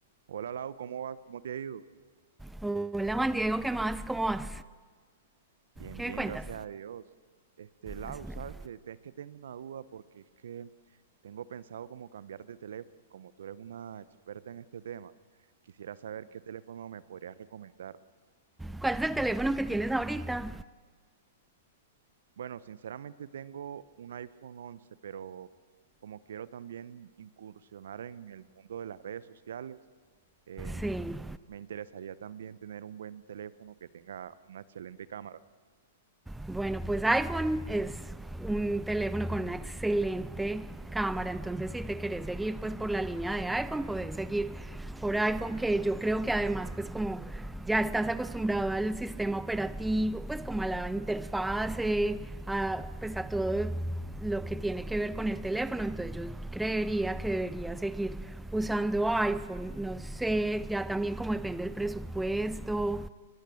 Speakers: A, on the right (about 70°); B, in the centre.
A: Hola Lau, ¿cómo vas? ¿Cómo te ha ido?
B: Hola Juan Diego, ¿qué más? ¿Cómo vas?
A: Bien,
B: ¿Qué
A: bien,
B: me cuentas?
A: gracias a Dios. Este, Lau,
B: Más o
A: sabes
B: menos.
A: que te- es que tengo una duda porque es que tengo pensado como cambiar de teléfono, como tú eres una experta en este tema. Quisiera saber qué teléfono me podrías recomendar.
B: ¿Cuál es el teléfono que tienes ahorita?
A: Bueno, sinceramente tengo un iPhone 11, pero como quiero también incursionar en el mundo de las redes sociales, eh,
B: Sí.
A: me interesaría también tener un buen teléfono que tenga una excelente cámara.
B: Bueno, pues iPhone es un teléfono con una excelente cámara, entonces si te querés seguir pues por la línea de iPhone, podés seguir por iPhone, que yo creo que además pues como ya estás acostumbrado al sistema operativo, pues como a la interfase, a, pues a todo lo que tiene que ver con el teléfono, entonces yo creería que debería seguir usando iPhone, no sé, ya también como depende del presupuesto,